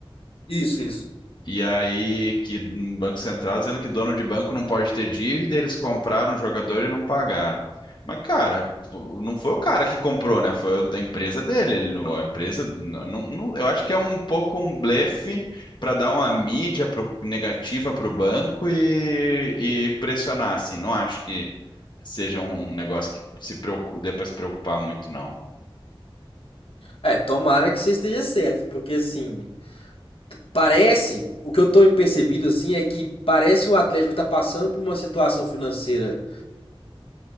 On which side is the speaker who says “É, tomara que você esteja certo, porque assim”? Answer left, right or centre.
Left